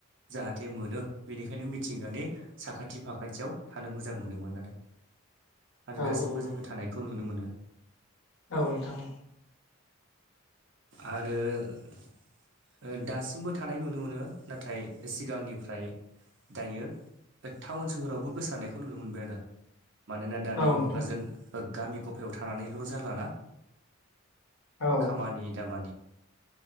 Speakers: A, on the right; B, on the left.
A: जाहाथे मोनो बेनिखायनो मिथिंगानि साखाथि फाखाथियाव थानो मोजां मोनोमोन आरो आरो
B: औ
A: दासिमबो
B: औ औ
A: जोङो थानायखौ नुनो मोनो
B: औ नोंथां
A: आरो दासिमबो थानाय नुनो मोनो नाथाय सिगांनिफ्राय दायो बे टाउन सोहोरावबो गोसारनायखौ नुनो मोनबाय आरो मानोना दानि
B: औ नोंथां
A: मुगाजों गामि गफायाव थानानैल' जालाना
B: औ
A: खामानि दामानि